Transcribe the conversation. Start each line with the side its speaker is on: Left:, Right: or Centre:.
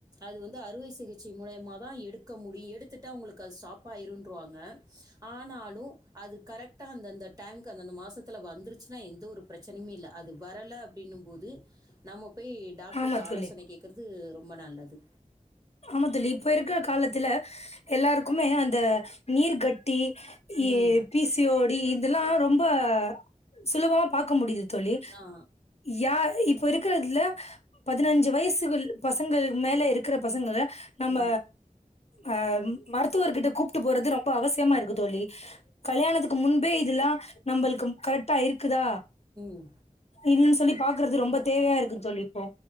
Right: அது வந்து அறுவை சிகிச்சை மூலியமா தா எடுக்க முடியு எடுத்துட்டா அது உங்களுக் ஸ்டாப்பாயிருன்ருவாங்க ஆனாலு அது கரெக்டா அந்தந்த டைம்க்கு அந்தந்த மாசத்துல வந்துருச்சுனா எந்த ஒரு பிரச்சனையுமே இல்ல அது வரல அப்டினும் போது நம்ம போய் டாக்டர்ட
Left: ஆமா தோழி
Right: ஆலோசனை கேக்குறது ரொம்ப நல்லது
Left: ஆமா தோழி இப்ப இருக்க காலத்துல எல்லாருக்குமே அந்த நீர்கட்டி இ
Right: ம்
Left: பி சி ஒ டி இதெல்லா ரொம்ப சுலபமா பாக்க முடியுது தோழி
Right: ஆ
Left: யா இப்ப இருக்கதுல பதினஞ்சு வயசு பசங்களுக் மேல இருக்கற பசங்கள நம்ம
Right: ம்
Left: ஆ மருத்துவர்கிட்ட கூப்ட்டு போறது ரொம்ப அவசியமா இருக்கு தோழி கல்யாணத்துக் முன்பே இதெல்லா நம்மளுக் கரெக்டா இருக்குதா
Right: ம்
Left: ன்னு சொல்லி பாக்குறது ரொம்ப தேவையா இருக்கு தோழி இப்போ